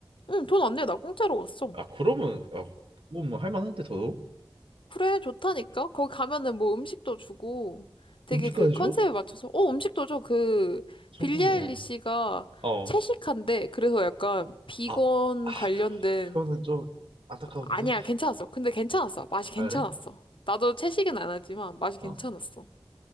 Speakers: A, on the left (about 70°); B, on the right (about 85°).
A: 응, 돈 안 내. 나 공짜로 갔어.
B: 아, 그러면, 아, 그건 뭐 할만한데 더더욱?
A: 그래, 좋다니까? 거기 가면은 뭐 음식도 주고 되게
B: 음식까지
A: 그 컨셉에
B: 줘?
A: 맞춰서, 어, 음식도 줘. 그,
B: 천국이네.
A: 빌리 아일리시가
B: 어.
A: 채식한데, 그래서 약간 비건
B: 아, 아,
A: 관련된,
B: 그- 그거는 좀 안타까운데.
A: 아니야, 괜찮았어. 근데 괜찮았어. 맛이 괜찮았어.
B: 아, 그래?
A: 나도 채식은 안 하지만 맛이
B: 어.
A: 괜찮았어.